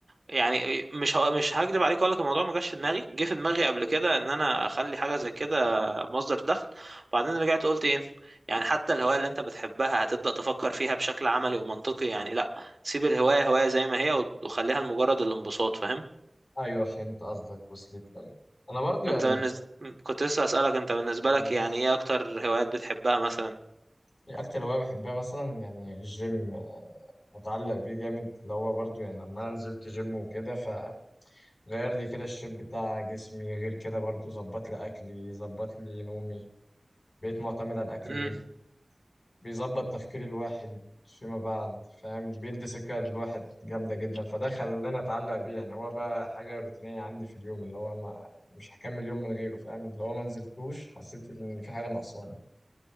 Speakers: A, on the right (about 65°); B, on the left (about 75°).
A: يعني مش ه- مش هكدب عليك اقول لك الموضوع ما جاش في دماغي جه في دماغي قبل كده ان انا اخلي حاجه زي كده مصدر دخل وبعدين رجعت قلت ايه يعني حتى الهوايه اللي انت بتحبها هتبدا تفكر فيها بشكل عملي ومنطقي يعني لا سيب الهوايه هوايه زي ما هي وخليها لمجرد الانبساط فاهم
B: ايوه فهمت قصدك وصلت لي انا برضو يعني
A: انت بالنسبة كنت لسه اسألك انت بالنسبة لك
B: <laughs>
A: يعني ايه اكتر هوايات بتحبها مثلا
B: اكتر هوايه بحبها مثلا يعني الجيم آه، متعلق بيه جامد اللي هو برضو يعني لما انا نزلت جيم وكده فغير لي كده الشيب بتاع جسمي غير كده برضو ظبط لي اكلي ظبط لي نومي بقيت معتمد على الاكل
A: امم
B: الهيلثي بيظبط تفكير الواحد فيما بعد فاهم بيدي سكة للواحد جامدة جدا فده خلاني أتعلق بيه يعني هو بقى حاجة روتينية عندي في اليوم اللي هو ما مش هكمل يوم من غيره فاهم لو ما نزلتوش حسيت إن في حاجة ناقصاني